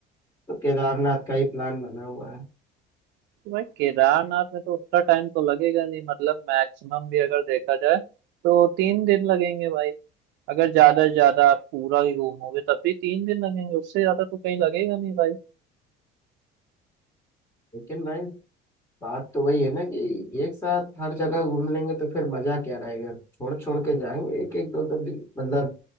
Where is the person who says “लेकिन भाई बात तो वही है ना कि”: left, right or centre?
Left